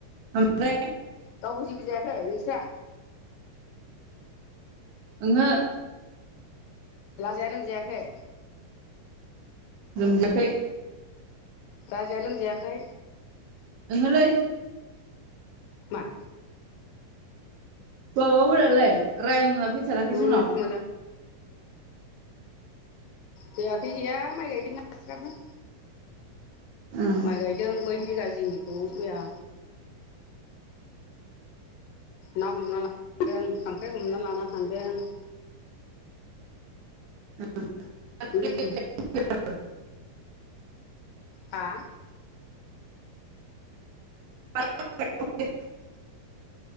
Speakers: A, on the right; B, on the left.
A: ओमफ्राय
B: रावबो जेबो जायाखै निंस्रा?
A: ओंहो।
B: लाजाया लोमजायाखै?
A: लोमजाखै।
B: राजाया लोमजायाखै?
A: ओंहोलै।
B: मा?
A: माबामोनालाय रायना फैथाराखै
B: उम
A: जोंनाव?
B: मोजां फैयाखै गैया माइ गायदों बिस्राबो।
A: उम
B: माइ गायदों बै बिघाजिंनिखौ मैया। ना हमना लांदों खांख्राइ हमना लाना थांदों।
A: <inaudible>
B: उम हा?
A: <inaudible>